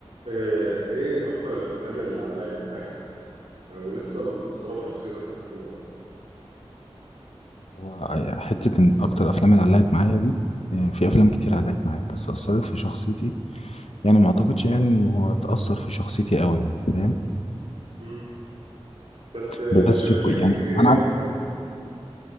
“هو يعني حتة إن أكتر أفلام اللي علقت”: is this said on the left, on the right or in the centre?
Left